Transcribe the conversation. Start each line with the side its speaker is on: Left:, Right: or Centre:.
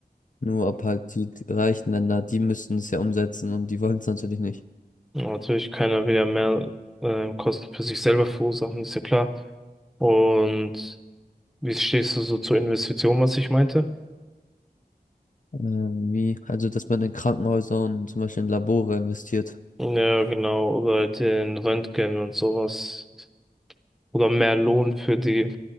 Left: Nur ob halt die reichen Länder, die müssten es ja umsetzen und die wollen es natürlich nicht.
Centre: Ja, natürlich, keiner will ja mehr äh, Kosten für sich selber verursachen, ist ja klar. Und wie stehst du so zur Investition, was ich meinte?
Left: Ähm, wie? Also, dass man in Krankenhäuser und zum Beispiel in Labore investiert.
Centre: Ja, genau. Oder halt den Röntgen und sowas. Oder mehr Lohn für die